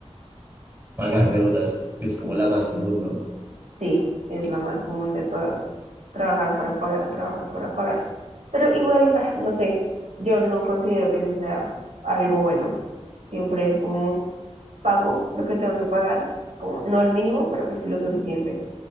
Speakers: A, on the right; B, on the right.
A: <laughs> pagar deudas, que es como la más común, ¿no?
B: Sí, es la más común de todas. Trabajar para pagar, trabajar para pagar. Pero igual, ah, no sé, yo no considero que eso sea algo bueno. Siempre es como pago lo que tengo que pagar, como no el mínimo, pero pues lo suficiente.